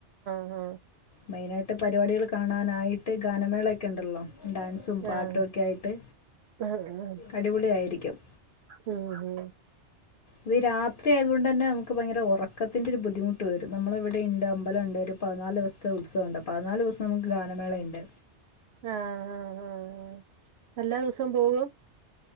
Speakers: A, on the right; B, on the left.
A: ആഹ്
B: മെയിനായിട്ട് പരിപാടികൾ കാണാനായിട്ട് ഗാനമേളയൊക്കെ ഉണ്ടല്ലോ ഡാൻസും പാട്ടൊക്കെയായിട്ട്
A: ആഹ് ആഹ് ആഹ്
B: അടിപൊളിയായിരിക്കും.
A: ഉം ഉം
B: ഇത് രാത്രി ആയത് കൊണ്ട് തന്നെ നമുക്ക് ഭയങ്കര ഉറക്കത്തിന്റെ ഒരു ബുദ്ധിമുട്ട് വരും. നമ്മള് ഇവിടെ ഇണ്ട് അമ്പലംണ്ട്. രു പതിനാല് ദിവസത്തെ ഉത്സവണ്ട്. പതിനാല് ദിവസോം നമുക്ക് ഗാനമേളണ്ട്.
A: ആഹ് ആഹ് ആഹ് ആഹ് എല്ലാ ദിവസവും പോകും?